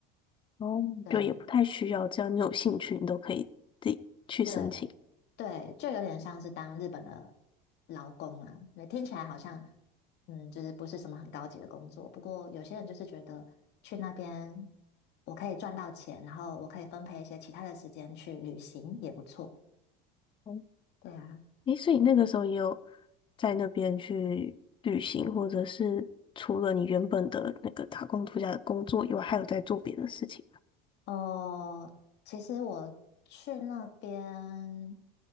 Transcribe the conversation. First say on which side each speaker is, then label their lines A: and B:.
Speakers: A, on the left (about 25°); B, on the left (about 55°).
A: 哦，
B: 对
A: 就也不太需要，只要你有兴趣，你都可以自己去申请。
B: 对对，就有点像是当日本的劳工啊。对，听起来好像，嗯，就是不是什么很高级的工作。不过有些人就是觉得去那边，我可以赚到钱，然后我可以分配一些其他的时间去旅行，也不错。
A: 哦
B: 对啊，
A: 诶，所以那个时候也有在那边去旅行，或者是除了你原本的那个打工度假的工作以外，还有在做别的事情。
B: 哦，其实我去那边，